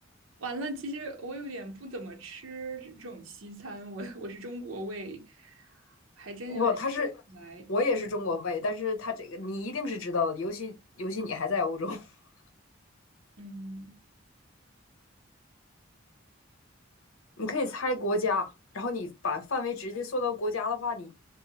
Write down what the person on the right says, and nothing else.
完了，其实我有点不怎么吃这种西餐，我我是中国胃，还真有点想不来。
嗯，